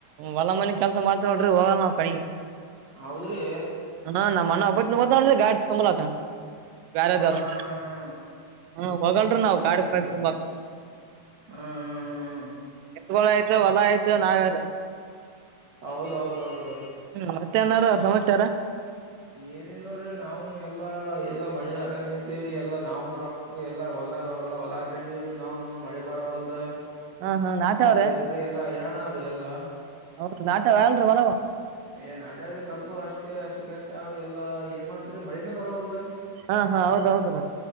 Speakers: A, on the right (about 80°); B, on the right (about 35°).
A: ಹೊಲ ಮನಿಗ್ ಕೆಲ್ಸ ಮಾಡ್ತೇವಲ್ರಿ ಹೋಗಲ್ ನಾವ್ ಕಣ <unintelligible>
B: ಹೌದ್ರಿ
A: ಹಾ ನ ಮನ್ನಬ ಗಾಡ್ ತಂಬಲಕ ಬ್ಯಾರದಾರು
B: ಹಾ ಹಾ ಹಾ ಹಾ
A: ಹ ಹೋಗಲ್ರಿ ನಾವವು
B: ಹೌದ್ರಿ
A: ಗಾಡಿ ಪಾಡಿ
B: ಹ್ಮ್
A: ತುಂಬಾ
B: ಹ್ಮ್ ಹ್ ಹ
A: ಎತ್ಗಳ ಆಯ್ತ ಹೊಲ ಆಯ್ತ ನಾವ್ಯಾರ
B: ಹೌದೌದೌದೌದು
A: ಹ್ಮ ಮತ್ತೆನಾರ ಅವ್ರ ಸಮಸಚಾರ
B: ಏನಿಲ್ಲ ನೋಡ್ರಿ ನಾವ್ನ್ ಎಲ್ಲಾ ಎಲ್ಲಾ ಮಣಿಲ ನಿಂತೀವ್ರಿ ಎಲ್ಲಾ ನಾವನ್ ರೊಕ್ಕ ಎಲ್ಲಾರ ಹೊಲ್ದಾಗ ಅವಲ್ಲಾ ಹೊಲ ಹಕೊಂಡಿವವ್ರೀ ನಾವ್ನು ಮಳಿ ಬರ ಹೊಲ್ದ
A: ಹಾ ಹಾ ನಾಟ್ಯಾವ್ರಿ
B: ಇಲ್ಲ ಏನ್ ಎಲ್ಲಾ ಹೈರಾಣ ಅವ್ರಿ ಎಲ್ಲಾ
A: ಅವ್ರ ನಾಟ ಹೇಳ ಒಲವ
B: ಏ ನಾಟ್ಯ್ರರು ಸ್ವಲ್ಪ ಅಷ್ಟೇ ಅಷ್ಟಕ್ಕಷ್ಟೇ ಅವ್ರ ಎಲ್ಲಾ ಏನ್ ಮಾಡ್ತರಿ ಮಳಿನೇ ಪರವಲ್ದ
A: ಹಾ ಹಾ ಹೌದ್ ಹೌದುದ